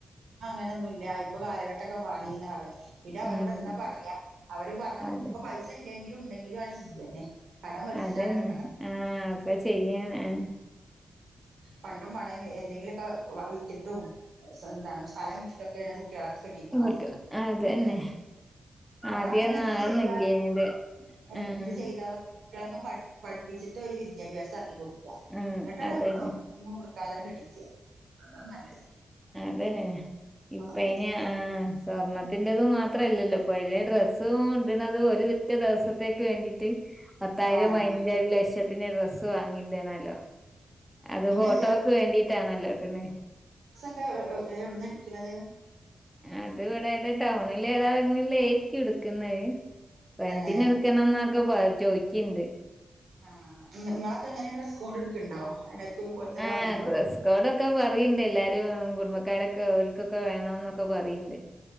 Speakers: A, on the right; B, in the centre.
A: അങ്ങനെയൊന്നുമ ഇല്ല ഇപ്പൊ കാലഘട്ടൊക്കെ മാറിന്ന് പററ പിന്നെ അവരോട്
B: ഉം.
A: എന്താ പറയാ അവര് പറഞ്ഞ
B: അതെ
A: ഇപ്പൊ പൈസ ഇല്ലെങ്കിലും ഉണ്ടെങ്കിലും ആണ് ചെയ്യന്നെ കടം പടിച്ചിട്ടാലടി
B: അതന്നെ ആഹ് ഒക്കെ ചെയ്യാൻ ആ
A: പണ്ട എന്തെങ്കിലൊക്കെ വിട്ടിട്ടും എന്ത സ്ഥലം വിട്ടിട്ടൊക്കെയ ളക്ക് കെട്ടിക്കണം
B: കിട്ടും
A: ഓക്കെ
B: അതന്നെ
A: അങ്ങനെ നമ്മള
B: ആദ്യൊന്നും
A: അങ്ങനെ ഒന്നും
B: അതൊന്നും
A: ചെയ്യാ
B: ഇല്ലേനിത്
A: എന്ത്
B: ആഹ്
A: ചെയ്താ മതി പഠിപ്പിച്ചിട്ട് ഒരു വിദ്യാഭ്യാസ ആക്കി കൊടുു എന്നങ്ങിട്ടാണ്
B: ആഹ് അതന്നെ
A: കൊടുക്കാതന്നെ കെട്ടിച്ച അതാണ് നല്ലത്
B: അതന്നെന്നെ ഇപ്പ
A: നല്ലത്
B: ഇന് ആ സ്വർണത്തിറതുും മാത്രല്ലല്ലോ പ ഡ്രസ്സും ഉണ്ടത് ഒരു തറ്റ ദിവസത്തേക്ക് വേണ്ടിട്ട് പത്തായിരം
A: ആഹ്
B: അൈന്റെ ഒരു ലക്ഷ പത്തിെ ഡ്രസ്സ് വാങ്ങിട്ടേല്ലോ അത്
A: പിന്നെ
B: ഫോട്ടോക്ക് വേണ്ടിട്ടാണല്ലോട്ടന്
A: എവിടുന്നരിക്കുന്നത്
B: അത് ഇവിടെ ഏത ടൗണില ഏതാങ്ങിലയിരിക്കും എടുക്കുന്നത് വെണ്ടിന
A: തന്നെ
B: എടുക്കണംന്നൊക്കെ ചോയ്ിക്കിണ്ട്
A: ആ നിങ്ങളൊക്കെ എങ്ങനെയ സ്കൂൾ എടുക്കണ്ടോ ഒരു പോലത്തെ
B: ആ
A: വാങ്ങണ്ടോ
B: ഡ്രസ്സ് കോഡൊക്കെ പറയണ്ട് എല്ലാരും കുടുംബക്കാരൊക്കെ ലക്കൊക്കെ വേണംന്നൊക്കെ പറയിണ്ട്